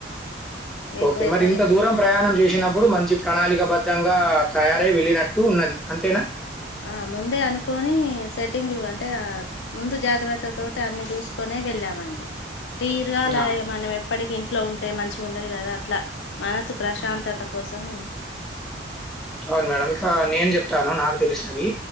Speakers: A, in the centre; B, on the left.
A: ఓకే
B: ఎక్కువ వెళ్ళలే
A: మరి ఇంత దూరం ప్రయాణం చేస్ సినప్పుడు మంచి ప్రణాళికబద్ధంగా తయారై వెళ్ళినట్టు ఉన్నది అంతేనా
B: ఆ ముందే అనుకోని సెట్టింగ్లు అంటే ముందు జాగ్రత్త తోటి అన్ని చూసుకొని నే వెళ్ళామండి తీరగాాల
A: ఆ!
B: మనం ఎప్పటికి ఇంట్లో ఉంటే మంచిగా ఉండది కదా అట్లా మనసు ప్రశాంతత
A: హ్మ్.
B: కోసం
A: అవును మేడం ఇక నేను చెప్తాను నాకు తెలిసినవి